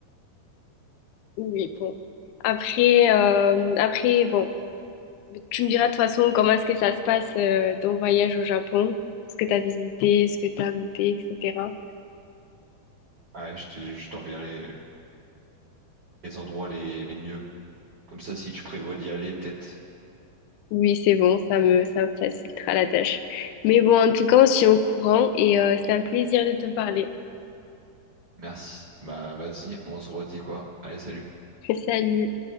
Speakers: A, on the left; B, on the right.
A: Oui, bon. Après, euh, après, bon, tu me diras de toute façon comment est-ce que ça se passe euh, ton voyage au Japon, ce que tu as visité, ce que tu as goûté, etc.
B: Ouais, je te- je t'enverrai les endroits les les mieux. Comme ça, si tu prévois d'y aller, peut-être.
A: Oui, c'est bon, ça me, ça me facilitera la tâche. Mais bon, en tout cas, on se tient au courant et euh, c'était un plaisir de te parler.
B: Merci. Bah, vas-y, on se redit quoi. Allez, salut.
A: <laughs> Salut.